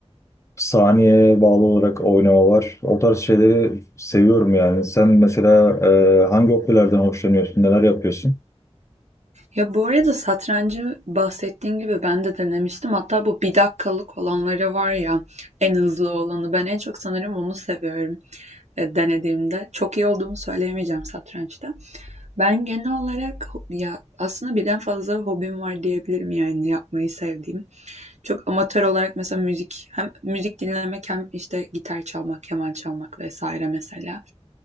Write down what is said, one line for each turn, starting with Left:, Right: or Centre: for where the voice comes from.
Left: saniye bağlı olarak oynama var. O tarz şeyleri seviyorum yani. Sen mesela e, hangi hobilerden hoşlanıyorsun, neler yapıyorsun?
Right: Ya bu arada satrancı bahsettiğin gibi ben de denemiştim. Hatta bu bir dakikalık olanları var ya en hızlı olanı. Ben en çok sanırım onu seviyorum e, denediğimde. Çok iyi olduğumu söyleyemeyeceğim satrançta. Ben genel olarak ya aslında birden fazla hobim var diyebilirim yani yapmayı sevdiğim. Çok amatör olarak mesela müzik hem müzik dinlemek hem işte gitar çalmak, keman çalmak vesaire mesela.